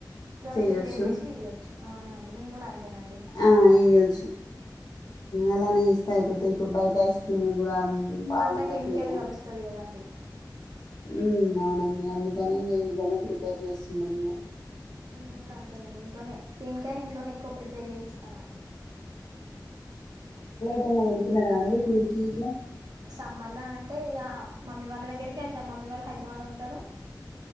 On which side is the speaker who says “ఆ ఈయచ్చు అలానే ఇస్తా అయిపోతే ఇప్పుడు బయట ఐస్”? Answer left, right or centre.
Left